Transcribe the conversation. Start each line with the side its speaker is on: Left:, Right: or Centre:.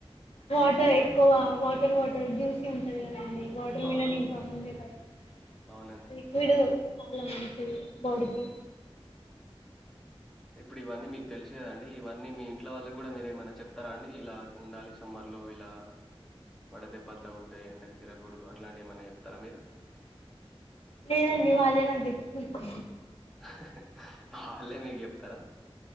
Left: వాటర్ ఎక్కువ వాటర్ వాటర్ జ్యూసీ ఉంటది కదా కదండి వాటర్
Centre: అవునవును.
Left: మిలన్ ఇంకా ముందే <unintelligible>
Centre: అవునండి.
Left: లిక్విడు చాలా మంచిది బాడీకి
Centre: ఇప్పుడు ఇవన్నీ మీకు తెలుసు కదండి ఇవన్నీ మీ ఇంట్ల వాళ్ళకి కూడా మీరు ఏమనన్నా చెప్తారా అండి ఇలా ఉండాలి సమ్మర్లో ఇలా వడ దెబ్బలు తగులుతాయి ఎండకి తిరగకూడదు అట్లాంటివి ఏమైనా చెప్తారా మీరు
Left: లేదండి వాళ్ళే నాకు చెప్పుతారు ఎక్కువ
Centre: హ హ వాళ్ళే మీకు చెప్తారా